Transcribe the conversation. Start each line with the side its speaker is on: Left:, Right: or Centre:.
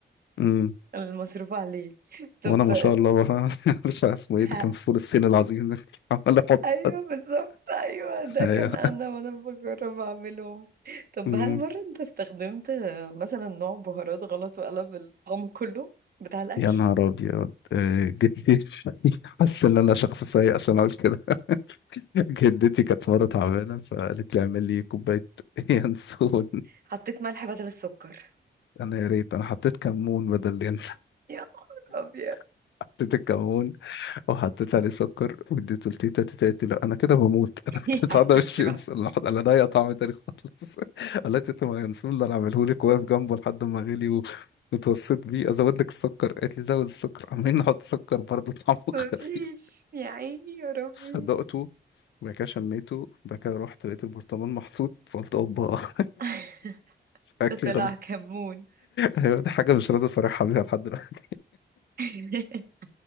Left: امم
Right: المصروف عليه طب
Left: وانا ما شاء الله بقى <laughs> مش عارف اسمه ايه ده
Right: ه-
Left: كان فول الصين العظيم ده <laughs> عمال احط
Right: ايوه بالظبط ايوه ده
Left: ايوه
Right: كان انا وانا بجرب اعملهم طب
Left: أمم.
Right: هل مرة انت استخدمت مثلا نوع بهارات غلط وقلب الطعم كله بتاع الاكل
Left: يا نهار ابيض آه، جدتي <laughs> حاسس ان انا شخص سيء عشان اقول كده جدتي كانت مره تعبانه فقالت لي اعمل لي كوبايه <laughs> ينسون
Right: حطيت ملح بدل السكر
Left: فانا يا ريت انا حطيت كمون بدل اليانسون
Right: يا نهار ابيض
Left: <laughs> حطيت الكمون وحطيت عليه سكر واديته لتيتا تيتا قالت لي لا انا كده بموت <laughs> انا
Right: <laughs> يا
Left: البتاع
Right: حبيبتي
Left: ده مش ينسى
Right: بقى
Left: لحد انا ده طعم تاني خالص <laughs> قال لها تيتا ما ينسون اللي انا عامله لك واقف جنبه لحد ما غلي و- واتوسط بيه ازود لك السكر قالت لي زود السكر عمالين نحط سكر برضه طعمه <laughs>
Right: مفيش
Left: غريب
Right: يا عيني يا ربي
Left: صدقته وبعد كده شميته وبعد كده رحت لقيت البرطمان محطوط فقلت اوبا <laughs>
Right: <laughs>
Left: شكلي
Right: ده طلع
Left: غلط
Right: كمون
Left: ايوه دي حاجه مش راضي اصارحها بيها لحد دلوقتي
Right: <laughs>